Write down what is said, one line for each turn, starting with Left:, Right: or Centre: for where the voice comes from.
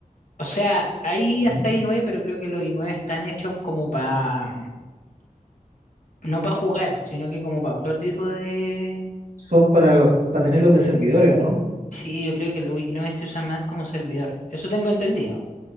Left: O sea, hay
Right: no
Left: hasta i nueve, pero creo que los i9 están hechos como para, no para jugar, sino que como para otro tipo de...
Right: son para, para tenerlos de servidores o no.
Left: Sí, yo creo que los i9 se usan más como servidor. Eso tengo entendido.